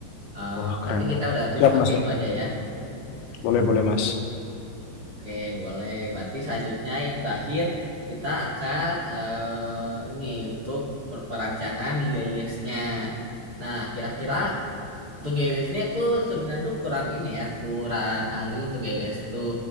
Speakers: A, on the right; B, on the left.
A: Eh,
B: Wah
A: berarti
B: keren banget.
A: kita udah fix
B: Siap
A: pakai
B: Mas ya?
A: itu aja ya. Pakai itu kita.
B: Boleh boleh Mas.
A: Oke, boleh. Berarti selanjutnya yang terakhir kita akan eh, ini untuk per- perancangan UI UX-nya. Nah, kira-kira untuk UI UX-nya aku sebenarnya tuh kurang ini ya, kurang ahli untuk UI UX tuh.